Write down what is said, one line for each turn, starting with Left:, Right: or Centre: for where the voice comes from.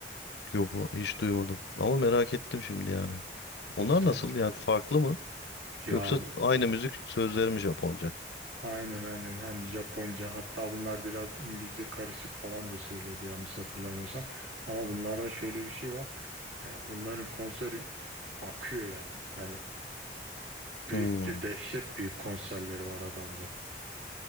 Left: Yok o- hiç duymadım. Ama merak ettim şimdi yani.
Right: Mesela
Left: Onlar nasıl yani farklı mı?
Right: ya
Left: Yoksa aynı müzik sözleri mi Japonca?
Right: aynen aynen hem Japonca hatta bunlar biraz İngilizce karışık falan da söylüyordu yanlış hatırlamıyorsam. Ama bunlarda şöyle bir şey var. Yani bunların konseri akıyor yani. Hani Büyük
Left: Hmm.
Right: de dehşet büyük konserleri var adamların.